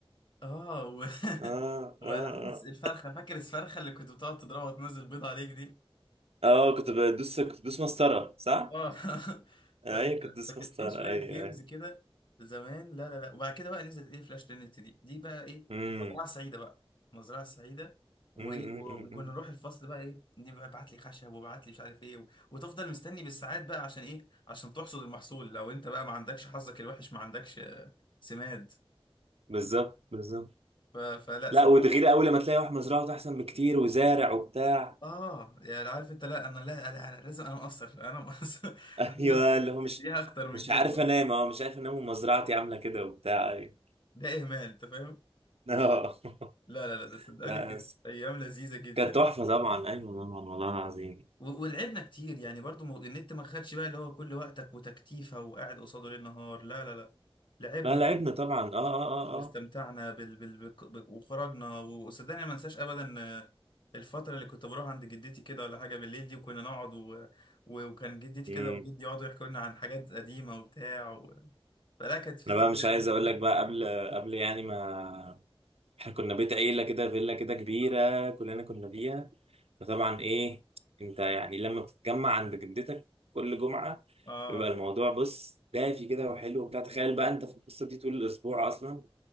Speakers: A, on the left; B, on the right.
A: اه و...
B: اه
A: <laughs> والعاب
B: اه
A: الس-
B: اه
A: الفرخه فاكر الفرخه اللي كنت بتقعد تضربها وتنزل بيض عليك دي
B: اه كنت بدوس كنت بدوس مسطرة صح؟
A: اه <laughs>
B: ايوه
A: ف...
B: كنت بدوس
A: فكان
B: مسطرة
A: في شويه
B: ايوه
A: جيمز
B: ايوه
A: كده زمان لا لا لا وبعد كده بقى نزلت ايه فلاش تنت دي دي بقى ايه
B: مم،
A: مزرعه سعيده بقى مزرعه سعيده وايه
B: مم، مم،
A: و...
B: مم،
A: وكنا
B: مم.
A: نروح الفصل بقى ايه نبقى ابعت لي خشب وابعت لي مش عارف ايه و... وتفضل مستني بالساعات بقى عشان ايه عشان تحصد المحصول لو انت بقى ما عندكش حظك الوحش ما عندكش آه، سماد
B: بالظبط بالظبط
A: ف... فلا
B: لا وتغير اول لما تلاقي واحد مزرعته احسن بكتير وزارع وبتاع
A: اه يعني عارف انت لا انا لا لا انا لازم انا مقصر انا مقصر <laughs>
B: ايوه
A: لازم
B: اللي هو مش
A: تديها اكتر من
B: مش
A: كده
B: عارف
A: بقى
B: انام اه مش عارف انام ومزرعتي عامله كده وبتاع أيوة.
A: ده اهمال انت فاهم
B: اه <laughs>
A: لا لا لا ده صدقني
B: لا
A: كده
B: بس
A: ايام لذيذه جدا
B: كانت تحفة طبعا ايوه طبعا والله العظيم
A: و- ولعبنا كتير يعني برضو مو- النت ما خدش بقى اللي هو كل وقتك وتكتيفه وقاعد قصاده ليل نهار لا لا لا لعبنا
B: لا لعبنا طبعا اه اه
A: واستمتعنا
B: اه اه
A: بال... بال... بك- بك- وخرجنا وصدقني ما انساش ابدا آه، الفتره اللي كنت بروح عند جدتي كده ولا حاجه بالليل دي وكنا نقعد و... و... وكان جدتي
B: امم
A: كده وجدي يقعدوا يحكوا لنا عن حاجات قديمه وبتاع و... فلا كانت في
B: انا
A: ذكريات
B: بقى مش عايز
A: لذيذه
B: اقول لك
A: أوي.
B: بقى قبل قبل يعني ما احنا كنا بيت عيلة كده فيلا كده كبيرة كلنا كنا فيها فطبعا ايه انت يعني لما بتتجمع عند جدتك كل جمعة
A: اه
B: بيبقى الموضوع بص دافي كده وحلو وبتاع تخيل بقى انت في القصة دي طول الاسبوع اصلا